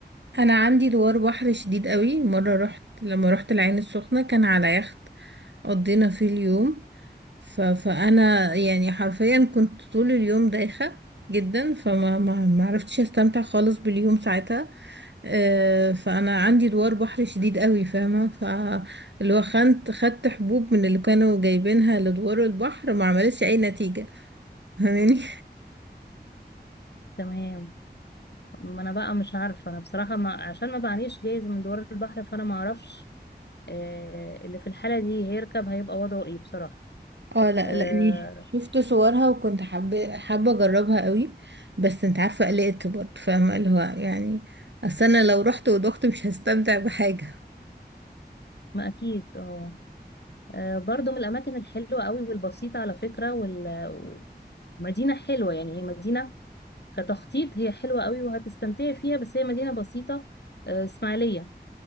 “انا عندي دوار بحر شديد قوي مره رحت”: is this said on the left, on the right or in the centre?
Right